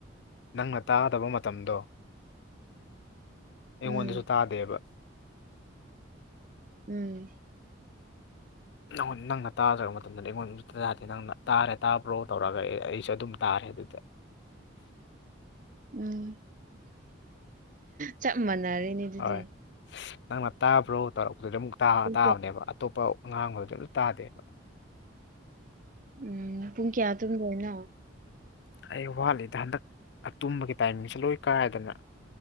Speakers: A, on the left; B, on the right.
A: ꯅꯪꯅ ꯇꯥꯗꯕ ꯃꯇꯝꯗꯣ ꯑꯩꯉꯣꯟꯗꯁꯨ
B: ꯎꯝ
A: ꯇꯥꯗꯦꯕ꯫
B: ꯎꯝ
A: ꯅ ꯅꯪꯅ ꯇꯥꯖꯔꯕ ꯃꯇꯝꯗ ꯑꯩꯉꯣꯟ ꯑꯗꯨ ꯌꯥꯗꯦ ꯅꯪꯅ ꯇꯥꯔꯦ ꯇꯥꯕ꯭ꯔꯣ ꯇꯧꯔꯛꯒ ꯑꯦ ꯑꯩꯁꯨ ꯑꯗꯨꯝ ꯇꯥꯔꯦ ꯑꯗꯨꯗ
B: ꯎꯝ ꯆꯞ ꯃꯥꯟꯅꯔꯦꯅꯦ꯫ ꯑꯗꯨꯗꯤ
A: ꯍꯣꯏ ꯅꯪꯅ ꯇꯥꯕ꯭ꯔꯣ ꯇꯧꯔꯛꯄꯗꯨꯗꯤ ꯑꯃꯨꯛ
B: ꯄꯨꯡ
A: ꯇꯥꯕꯅꯦꯕ
B: ꯀꯌꯥ
A: ꯑꯇꯣꯞꯄ ꯉꯥꯡꯕꯗꯨꯗ ꯑꯗꯨ ꯇꯥꯗꯦꯕ꯫
B: ꯎꯝ ꯄꯨꯡ ꯀꯌꯥ ꯇꯝꯗꯣꯏꯅꯣ꯫
A: ꯑꯩ ꯋꯥꯠꯂꯤꯗ ꯍꯟꯗꯛ ꯇꯨꯝꯕꯒꯤ ꯇꯥꯏꯃꯤꯡꯁꯦ ꯂꯣꯏ ꯀꯥꯏꯗꯅ